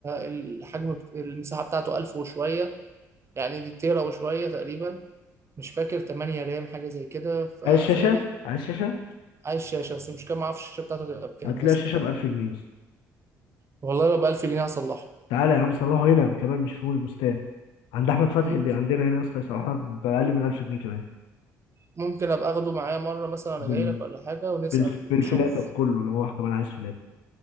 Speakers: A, on the right; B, on the left.
A: الحجم بت- المساحه بتاعته 1000 وشويه يعني دي تيرا وشويه تقريبا مش فاكر 8 رام حاجه زي كده ف-
B: عايز
A: فاهمني
B: شاشه عايز شاشه
A: عايز شاشه بس مش كده ما اعرفش الشاشه بتاعته تبقى بكام
B: هتلاقي
A: مثلا
B: شاشه ب 1000 جنيه
A: والله لو بألف جنيه هصلحه
B: تعالى يا عم صلحه هنا كمان مش في مول البستان عند احمد فتحي
A: ممكن
B: اللي عندنا هنا يا اسطى يصلحها باقل من 1000 جنيه كمان
A: ممكن أبقى أخده معايا مرة مثلا أنا
B: بال...
A: جاي لك ولا حاجة ونسأل
B: بال... بالفلاته
A: نشوف
B: بكله لو هو كمان عايز فلاته